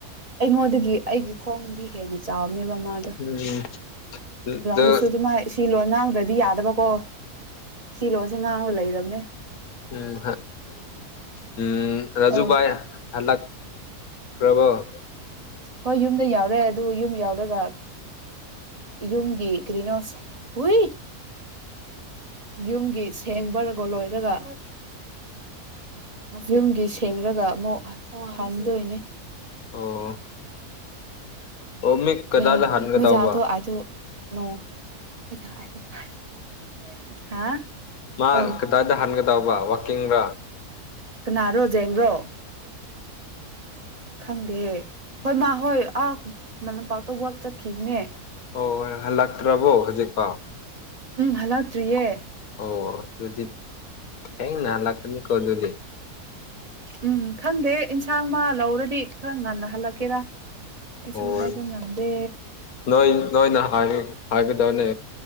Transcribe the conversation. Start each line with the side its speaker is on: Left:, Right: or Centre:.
Right: ꯑꯩꯉꯣꯟꯗꯒꯤ ꯑꯩꯒꯤ ꯈꯣꯡꯗꯤ ꯍꯦꯟꯅ ꯆꯥꯎꯕꯅꯦꯕ ꯃꯥꯗꯣ
Left: ꯎꯝ ꯑꯗꯨ
Right: ꯗꯁꯨ ꯑꯗꯨꯃꯥꯏ ꯁꯤ ꯂꯣꯟ ꯉꯥꯡꯗ꯭ꯔꯗꯤ ꯌꯥꯗꯕꯀꯣ ꯁꯤ ꯂꯣꯟꯁꯦ ꯉꯥꯡꯅ ꯂꯩꯔꯕꯅꯦ
Left: ꯎꯝ ꯎꯝ ꯔꯖꯨꯕꯥꯏ
Right: ꯑꯧ
Left: ꯍꯂ <unintelligible> ꯀ꯭ꯔꯃ <unintelligible>
Right: ꯍꯣꯏ ꯌꯨꯝꯗ ꯌꯧꯔꯦ ꯑꯗꯨ ꯌꯨꯝ ꯌꯧꯔꯒ ꯌꯨꯝꯒꯤ ꯀꯔꯤꯅꯣꯁꯦ <unintelligible> ꯌꯨꯝꯒꯤ ꯁꯦꯡꯕꯒ ꯂꯣꯏꯔꯒ ꯌꯨꯝꯒꯤ ꯁꯦꯡ ꯈꯔꯒ ꯑꯃꯨꯛ ꯍꯟꯗꯣꯏꯅꯦ
Left: ꯑꯣ ꯑꯣ ꯃꯤ ꯀꯗꯥꯏꯗ
Right: ꯂꯩ
Left: ꯍꯟꯒꯗꯧꯕ
Right: ꯃ ꯌꯥ ꯊ ꯑꯊꯅꯣ <unintelligible> ꯍꯥ <unintelligible>
Left: ꯃꯥ
Right: ꯑꯧ
Left: ꯀꯗꯥꯗ ꯍꯟꯒꯗꯕ ꯋꯥꯛꯀꯤꯡꯜ
Right: ꯀꯅꯥꯔꯣ ꯖꯦꯡ꯭ꯔꯣ ꯈꯪꯗꯦ ꯍꯣꯏ ꯃꯥ ꯍꯣꯏ ꯑꯥ ꯂꯝꯄꯥꯛꯇ ꯋꯥꯛ ꯆꯠꯈꯤꯕꯅꯦ
Left: ꯑꯣ ꯍꯜꯂꯛꯇ꯭ꯔꯕꯣ ꯍꯧꯖꯤꯛꯐꯥꯎ
Right: ꯎꯝ ꯍꯜꯂꯛꯇ꯭ꯔꯤꯌꯦ
Left: ꯑꯣ ꯑꯗꯨꯗꯤ ꯊꯦꯡꯅꯥ ꯍꯜꯂꯛꯀꯅꯤꯀꯣ ꯑꯗꯨꯗꯤ
Right: ꯎꯝ ꯈꯪꯗꯦ ꯑꯦꯟꯁꯥꯡ ꯃꯥ ꯂꯧꯔꯗꯤ ꯈꯔ ꯉꯟꯅ ꯍꯜꯂꯛꯀꯦꯔꯥ ꯑꯩꯁꯨ
Left: ꯍꯣꯏ
Right: ꯍꯥꯏꯕ ꯉꯝꯗꯦ
Left: ꯅꯣꯏ ꯅꯣꯏꯅ ꯍꯥꯏ ꯍꯥꯏꯒꯗꯕꯅꯦ